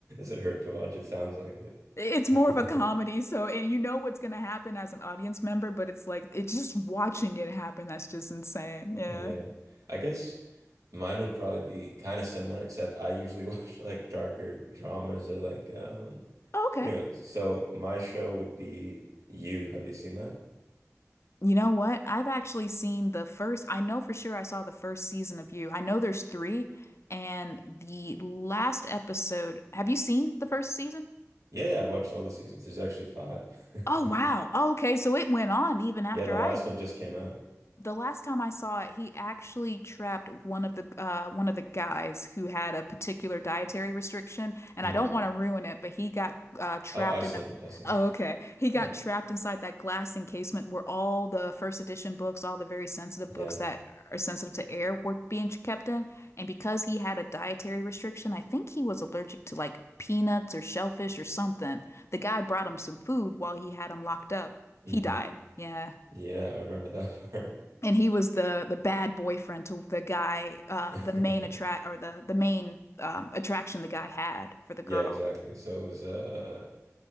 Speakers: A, on the right; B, on the left.
A: it hurt to watch? It sounds like it.
B: It's more of a comedy,
A: <laughs>
B: so and you know what's gonna happen as an audience member, but it's like it's just watching it happen that's just insane. Yeah.
A: Yeah. I guess mine would probably be kind of similar, except I usually <laughs> watch like darker dramas or like um
B: Okay.
A: anyway, so my show would be You. Have you seen that?
B: You know what? I've actually seen the first, I know for sure I saw the first season of You. I know there's three, and the last episode. Have you seen the first season?
A: Yeah, yeah, I've watched all the seasons. There's actually five. <laughs>
B: Oh, wow. Oh, okay. So it went on even after
A: Yeah, the last
B: I
A: one just came out.
B: the last time I saw it, he actually trapped one of the uh, one of the guys who had a particular dietary restriction, and
A: Mm.
B: I don't want to ruin it, but he got uh, trapped
A: Oh, I've
B: in
A: seen
B: a.
A: it. I've seen
B: Oh,
A: it.
B: okay.
A: <laughs>
B: He got
A: Yeah.
B: trapped inside that glass encasement where all the first edition books, all the very sensitive
A: Yeah.
B: books that are sensitive to air were being kept in. And because he had a dietary restriction, I think he was allergic to like peanuts or shellfish or something. The guy brought him some food while he had him locked up.
A: hmm
B: He died. Yeah
A: Yeah, I remember that <laughs> part.
B: and he was the the bad boyfriend to the guy, uh,
A: <laughs>
B: the main attract or the the main um, attraction the guy had for the
A: Yeah,
B: girl.
A: exactly. So it was uh